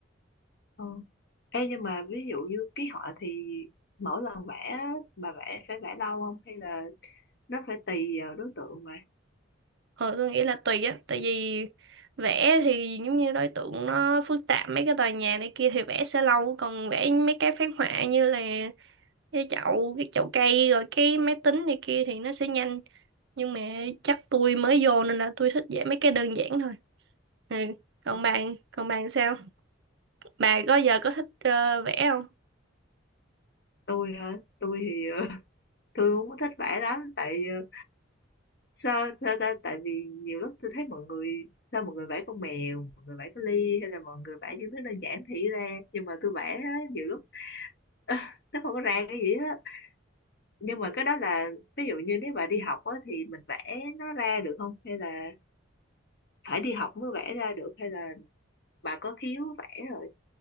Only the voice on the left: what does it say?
Ờ. Ê nhưng mà ví dụ như ký họa thì mỗi lần vẽ á, bà vẽ phải vẽ lâu không hay là nó phải tùy vào đối tượng mà.
Ờ.
Tôi hả? Tôi thì ờ, <laughs> tôi không có thích vẽ lắm tại ờ, sao sao ta tại vì nhiều lúc tôi thấy mọi người sao mọi người vẽ con mèo mọi người vẽ cái ly hay là mọi người vẽ những thứ đơn giản thì ra nhưng mà tôi vẽ á, nhiều lúc <laughs> nó không có ra cái gì hết nhưng mà cái đó là ví dụ như nếu bạn đi học á, thì mình vẽ nó ra được không hay là phải đi học mới vẽ ra được hay là bà có khiếu vẽ rồi